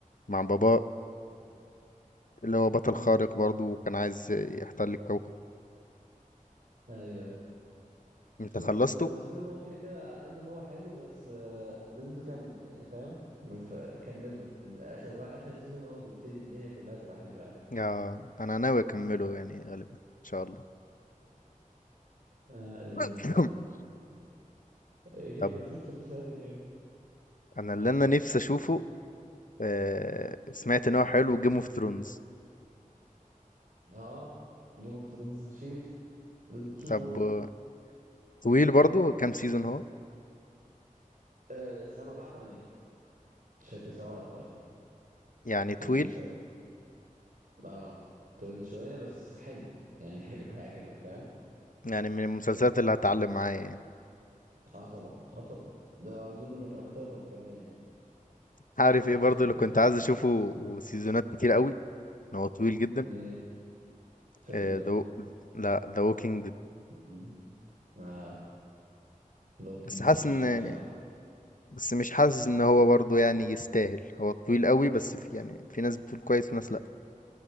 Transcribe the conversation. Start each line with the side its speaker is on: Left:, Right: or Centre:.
Left: مع بابا اللي هو بطل
Right: امم
Left: خارق برضه وكان عايز يحتل الكوكب
Right: ايوه ايوه
Left: انت
Right: لا
Left: خلصته؟
Right: سيز- هو سيزون 1 كده كده على قد ما هو حلو بس آه، لازم تكمل يعني فاهم فكملوا اخر وا- اخر سيزون هو بيبتدي الدنيا كلها تبقى حلوه يعني
Left: آه انا ناوي اكمله يعني غالبا ان شاء الله
Right: آه لازم
Left: <coughs>
Right: بصراحه ايه تاني
Left: طب
Right: طب شفت مسلسلات ايه تاني
Left: انا اللي انا نفسي اشوفه آه سمعت ان هو حلو جيم اوف ثرونز
Right: اه جيم اوف ثرونز فشيخ لازم تشوفه
Left: طب
Right: برضه
Left: آه، طويل برضه كام سيزون هو
Right: آه سبعة تمانية مش فاكر سبعة ولا تمانية
Left: يعني طويل
Right: طويل شوية اه طويل شوية بس حلو يعني حلو هيعجبك فاهم
Left: يعني من المسلسلات اللي هتعلم معايا يعني
Right: اه طبعا اه طبعا ده اظن من اكترهم كمان يعني
Left: عارف
Right: تحطه
Left: ايه برضه
Right: في التوب
Left: اللي كنت عايز
Right: يعني
Left: اشوفه وسيزونات كتير قوي ان هو طويل جدا
Right: ايه فاميلي
Left: آه،
Right: جاي
Left: The Wa- لا ذا ووكينج ديد
Right: مم. اه ذا ووكينج
Left: بس حاسس
Right: لا ما شفتوش
Left: ان يعني
Right: بصراحة
Left: بس مش حاسس ان هو برضه يعني يستاهل هو طويل قوي بس في يعني في ناس بتقول كويس وناس لا